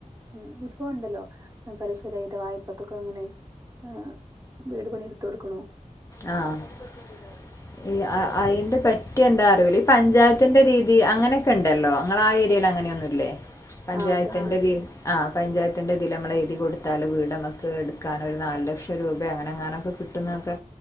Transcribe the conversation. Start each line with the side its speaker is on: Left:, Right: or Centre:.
Right: ഉം ഇപ്പോ ഉണ്ടല്ലോ പലിശരഹിത വായ്പക്കൊക്കെ അങ്ങനെ ആഹ് വീട് പണി ഇടുത്ത് കൊടുക്ക്ണോ
Left: ആഹ് അയിന്റെ പറ്റി എന്താ റ്യാേളി പഞ്ചായത്തിന്റെ രീതി അങ്ങനെക്കെ ഇണ്ടല്ലോ അങ്ങളാ ഏരിയയിൽ അങ്ങനെയൊന്നുല്ലേ പഞ്ചായത്തിന്റെ
Right: ആഹ് അത്ണ്ട്
Left: കീ ആഹ് പഞ്ചായത്തിന്റെ അതില് നമളെ എ എഴുതി കൊടുത്താല് വീട് അമക്ക് ഇടുക്കാന് ഒരു നാല് ലക്ഷം രൂപ അങ്ങനെ എങ്ങാനൊക്കെ കിട്ടുന്നൊക്കെ